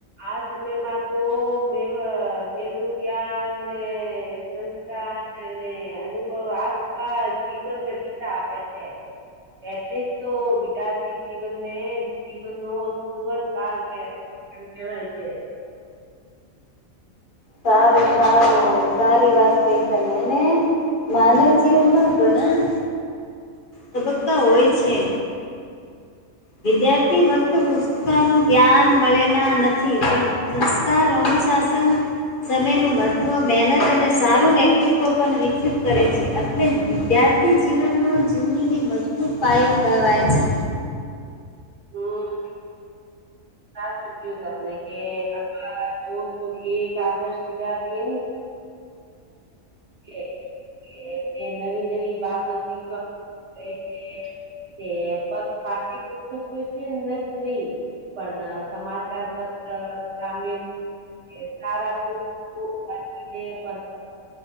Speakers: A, on the right (about 60°); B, on the left (about 40°).
A: આ સમયમાં તો મે મેવ મેલું જ્ઞાન ને ને અનુભવ આખા જીવનમાં ગીતા આપે છે એટલે જ તો વિદ્યાર્થી જીવનને જીવન ન સુવર્ણ કાલ કે એને કહેવાય છે
B: સાારું સાઉું સારી વાત કઈ તમે અને એને માનવ જીવનમાં ઘણા તબક્કા હોય છે વિદ્યાર્થી વક્ત
A: હમ
B: પુસ્તકાનું જ્ઞાન મળેના નથી પણ સંસ્કાર અનુશાસન સમયનું મહત્ત્વ મહેનત અને સારું વ્યક્તિત્વ પણ વિકસિત કરે છે એટલે જ વિદ્યાર્થી આપતિ જીવનનો જીવનીની મજબૂત પાયો કહેવાય છે
A: હમ ક ચુક્યું તમને કે આપ જો તો એ એક આદર્શ વિદ્યાર્થી એ <inaudible> એ નવી નવી વાતો શીખવા <inaudible> તે પાઠ્ય પુસ્તકો છે <inaudible> નહી પણ સમાચાર પત્ર સામ્ય એ સારા પુસ્તકો વાંચીને પણ